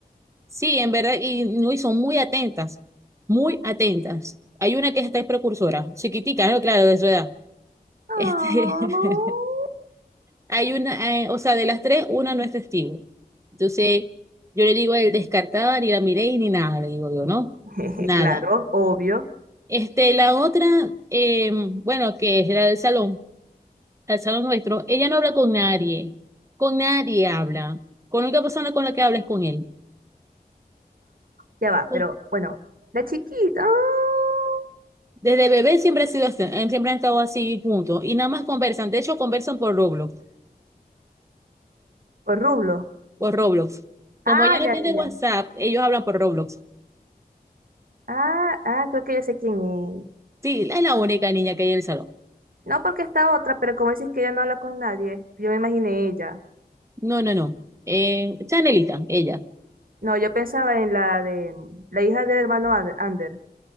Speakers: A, on the right; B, on the right.
A: sí, en verdad, y, no, y son muy atentas, muy atentas. Hay una que está es precursora, chiquitica, ¿no? Claro, de su edad.
B: Oh,
A: Este, <laughs> Hay una, eh, o sea, de las tres, una no es testigo. Entonces, yo le digo, a él descartaba, ni la miré y ni nada, le digo yo, ¿no?
B: <laughs>
A: Nada.
B: claro, obvio,
A: Este, la otra, eh, bueno, que es la del salón, el salón nuestro, ella no habla con nadie, con nadie habla. Con la única persona con la que habla es con él.
B: ya va,
A: Oh,
B: pero bueno, la chiquita, oh,
A: Desde bebé siempre ha sido así, eh, siempre han estado así, juntos, Y nada más conversan, de hecho conversan por Roblox,
B: o Rublo.
A: por Roblox. Como
B: Ah,
A: ella no
B: ya,
A: tiene
B: ya,
A: WhatsApp,
B: ya.
A: ellos hablan por Roblox.
B: Ah, ah, creo que ya sé quién es.
A: Sí, es la única niña que hay en el salón.
B: No porque está otra, pero como decís que ella no habla con nadie, yo me imaginé ella.
A: No, no, no. Eh, Chanelita, ella.
B: No, yo pensaba en la de la hija del hermano Ander, Ander.